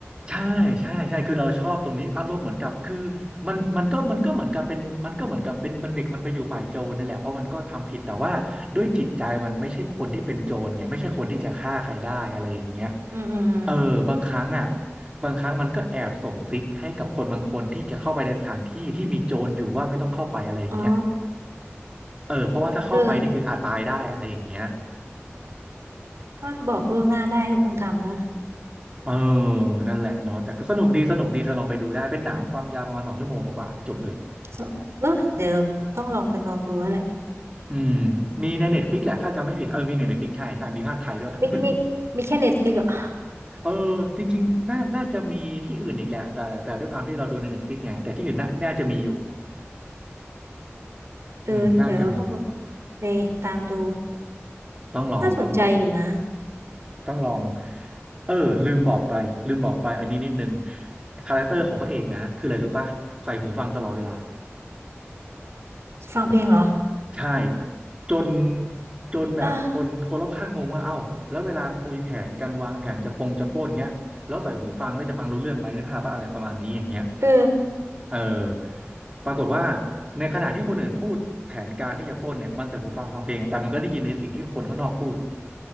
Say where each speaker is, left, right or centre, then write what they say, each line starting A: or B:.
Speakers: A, on the right; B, on the right.
A: ใช่ใช่ใช่คือเราชอบตรงนี้อารมณ์เหมือนกับคือมันมันก็มันก็เหมือนกับเป็นมันก็เหมือนกับเป็นบัณฑิตมันไปอยู่ฝ่ายโจรนี่แหละเพราะมันก็ทำผิดแต่ว่าด้วยจิตใจมันไม่ใช่คนที่เป็นโจรไงไม่ใช่คนที่จะฆ่าใครได้อะไรอย่างเงี้ย
B: อืมอืมอืม
A: เออบางครั้งอ่ะบางครั้งมันก็แอบส่งซิกให้กับคนบางคนที่จะเข้าไปในสถานที่ที่มีโจรอยู่ว่าไม่ต้องเข้าไปอะไรอย่างเงี้ย
B: อ๋อ
A: เออเพราะว่าถ้าเข้าไปนี่คืออาจตายได้อะไรอย่างเงี้ย
B: เออถ้ามันบอกล่วงหน้าได้ก็คงทำแล้ว
A: เออนั่นแหละเนาะแต่ก็สนุกดีสนุกดีเธอลองไปดูได้เป็นหนังความยาวประมาณสองชั่วโมงกว่าๆจบเลย
B: So- เออเดี๋ยวต้องลองไปลองดูแล้วแหละ
A: อืมมีในเน็ตฟิกแหละถ้าจำไม่ผิดเออมีในเน็ตฟิกใช่ใช่มีภาคไทยด้วย <laughs>
B: ไม่ไม่ไม่แค่เน็ตฟลิกอ่ะ
A: เออจริงๆน่าน่าจะมีที่อื่นอีกแหละแต่แต่ด้วยความที่เราดูในเน็ตฟิกไงแต่ที่อื่นน่าน่าจะมีอยู่
B: เออเดี๋ยวเราต้องแบบ
A: อืมน่าจะมี
B: ไปตามดู
A: ต้องลองต้องลอง
B: น่าสนใจอยู่นะ
A: ต้องลองเออลืมบอกไปลืมบอกไปอันนี้นิดนึงคาแรคเตอร์ของพระเอกนะคืออะไรรู้ป่ะใส่หูฟังตลอดเวลา
B: ฟังเพลงเหรอ
A: ใช่จนจนแบบคนคนรอบข้างงงว่าเอ้าแล้วเวลาคุยแผนกันวางแผนจะปงจะปล้นเงี้ยแล้วใส่หูฟังแล้วจะฟังรู้เรื่องไหมนึกภาพว่าอะไรประมาณนี้อย่างเงี้ย
B: อ่ะเออ
A: เออปรากฏว่าในขณะที่คนอื่นพูดแผนการที่จะปล้นเนี่ยมันใส่หูฟังฟังเพลงแต่มันก็ได้ยินในสิ่งที่คนข้างนอกพูด